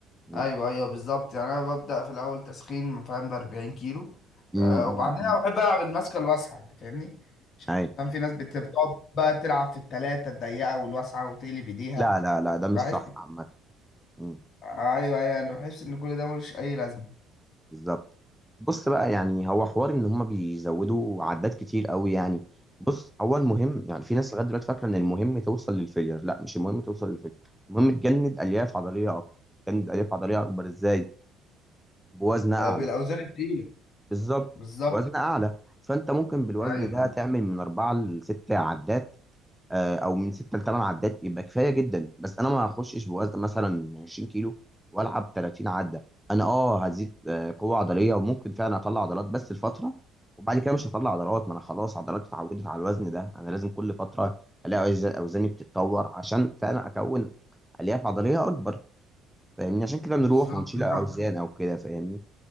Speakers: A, in the centre; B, on the left.
A: مم.
B: ايوه ايوه بالظبط يعني انا ببدا في الاول تسخين فاهم ب 40 كيلو
A: مم.
B: أه
A: مم.
B: وبعدين انا
A: مم.
B: بحب العب الماسكه الواسعه انت فاهمني
A: اي
B: عشان في ناس بت- بتقعد بقى تلعب في التلاتة الضيقه والواسعه وتقلب ايديها
A: لا لا لا ده مش
B: بحس
A: صح عامه مم.
B: ايوه ايوه انا بحس ان كل ده ملوش اي لازمه
A: بالظبط بص بقى يعني هو حوار ان هم بيزودوا عدات كتير قوي يعني بص هو المهم يعني في ناس لغايه دلوقتي فاكره ان المهم توصل للفيلير لا مش المهم توصل للفيلير المهم تجند الياف عضليه اكتر تجند الياف عضليه اكبر ازاي بوزن اعلى
B: آه، بالاوزان التقيله
A: بالظبط
B: بالظبط
A: بوزن اعلى فانت ممكن بالوزن
B: ايوه
A: ده
B: ايوه
A: تعمل من اربعه لست عدات آه، او من 6 ل 8 عدات يبقى كفايه جدا بس انا ما هخشش بوزن مثلا 20 كيلو والعب 30 عده انا اه هزيد آه، قوه عضليه وممكن فعلا اطلع عضلات بس الفتره وبعد كده مش هطلع عضلات ما انا خلاص عضلاتي اتعودت على الوزن ده انا لازم كل فتره الاقي أوز- اوزاني بتتطور عشان فعلا اكون الياف عضليه اكبر فاهمني عشان كده بنروح
B: بالظبط
A: ونشيل
B: انت
A: اوزان او كده فاهمني